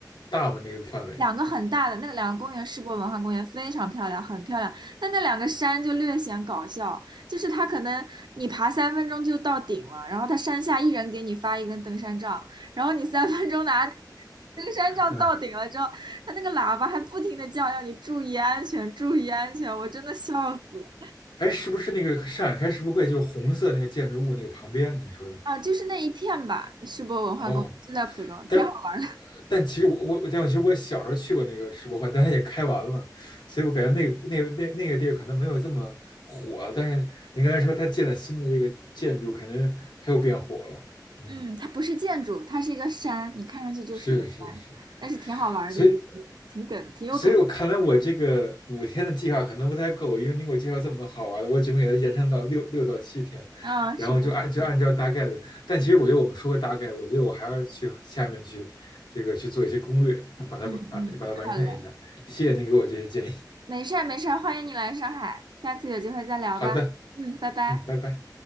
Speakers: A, on the left; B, on the right.
A: 大吗？那个范围？
B: 两个很大的那个两个公园，世博文化公园非常漂亮，很漂亮。但那两个山就略显搞笑，就是它可能你爬三分钟就到顶了，然后它山下一人给你发一根登山杖，然后你三分钟拿 <laughs> 登山杖到顶了之后，
A: 嗯，
B: 它那个喇叭还不停的叫，要你注意安全，注意安全，我真的笑死
A: 哎，是不是那个上海开世博会就是红色那个建筑物那个旁边？你说的是？
B: 啊！就是那一片吧，世博文化公园就在浦东，
A: 哦，但呃但其实我我我但我其实我小时候去过那个世博会，
B: 挺好玩。
A: 但它也开完了，所以我感觉那个那个那那个地儿可能没有这么火，但是您刚才说它建了新的这个建筑，肯定它又变火了。嗯，
B: 嗯，它不是建筑，它是一个山，你看上去就是一个山，
A: 是是是，
B: 但是挺好玩的一个，
A: 所以，呃
B: 挺梗，挺有梗。
A: 所以我看来我这个五天的计划可能不太够，因为你给我介绍这么多好玩的，我准备给它延伸到六六到七天，
B: 啊，
A: 然后就按就按照大概的。
B: 是的，
A: 但其实我觉得我们说个大概，我觉得我还要去下面去这个去做一些攻略，把它把把它完善一下。
B: 嗯嗯，好嘞，
A: 谢谢您给我这些建议。
B: 没事儿没事儿，欢迎你来上海，下次有机会再聊吧。
A: 好的，
B: 嗯，拜拜。
A: 嗯，拜拜。